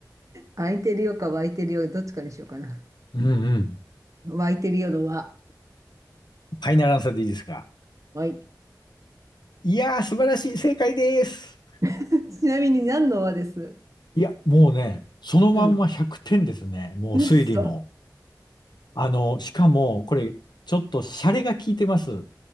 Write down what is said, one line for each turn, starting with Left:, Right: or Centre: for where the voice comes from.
Right: 湧いてるよか湧いてるよ、どっちかにしようかな。
Left: うんうん。
Right: 湧いてるよのわ。
Left: ファイナルアンサーでいいですか
Right: わい。
Left: いやー、素晴らしい。正解です。
Right: <laughs> ちなみに何のわです。
Left: いや、もうね、そのまんま100点ですね。
Right: うん。
Left: もう推理も。
Right: うっそ。は
Left: あの、しかも、これ、ちょっとシャレが効いてます。